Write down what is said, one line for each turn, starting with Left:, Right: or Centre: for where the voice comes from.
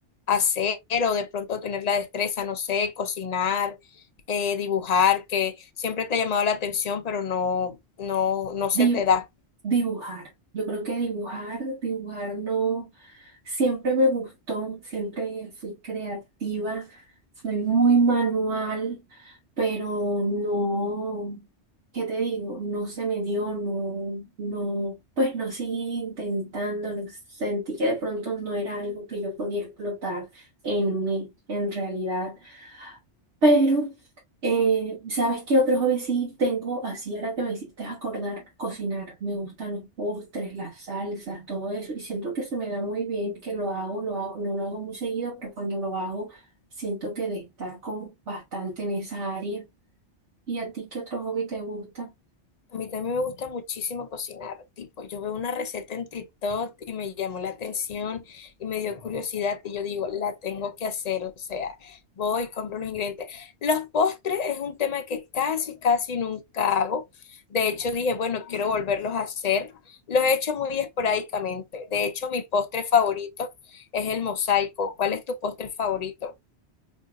Left: hacer o de pronto tener la destreza, no sé, cocinar, eh, dibujar, que siempre te ha llamado la atención, pero no, no, no se
Right: Di-
Left: te da?
Right: dibujar. Yo creo que dibujar, dibujar no siempre me gustó, siempre fui creativa, soy muy manual, pero no, ¿qué te digo? No se me dio, no, no, pues no seguí intentando, no- sentí que de pronto no era algo que yo podía explotar en mí, en realidad. Pero, eh, ¿sabes qué otro hobby sí tengo? Así ahora que me hiciste acordar, cocinar. Me gustan los postres, las salsas, todo eso. Y siento que se me da muy bien, que lo hago, lo hago, no lo hago muy seguido, pero cuando lo hago, siento que destaco bastante en esa área. ¿Y a ti qué otro hobby te gusta?
Left: A mí también me gusta muchísimo cocinar, tipo, yo veo una receta en TikTok y me llamó la atención y me dio curiosidad y yo digo, la tengo que hacer, o sea, voy, compro los ingredientes. Los postres es un tema que casi, casi nunca hago. De hecho, dije, bueno, quiero volverlos a hacer. Los he hecho muy esporádicamente. De hecho, mi postre favorito es el mosaico. ¿Cuál es tu postre favorito?